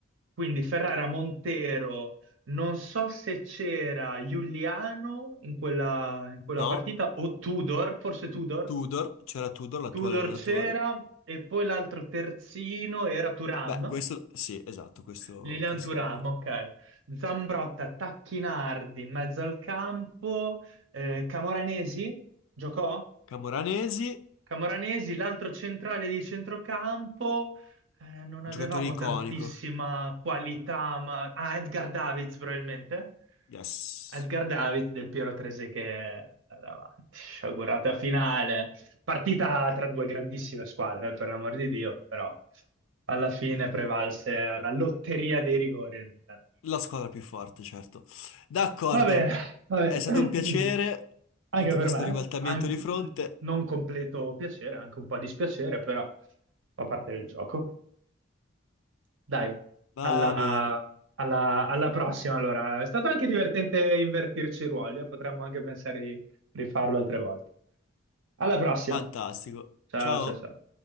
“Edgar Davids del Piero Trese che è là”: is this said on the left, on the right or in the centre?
Right